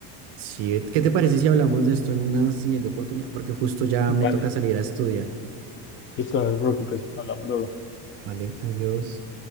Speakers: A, on the right (about 55°); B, on the left (about 25°).
A: sí, ¿qué te parece si hablamos de esto en una siguiente oportunidad? Porque justo ya
B: Vale,
A: me toca salir a estudiar.
B: listo, no te preocupes, hablamos luego.
A: Vale, adiós.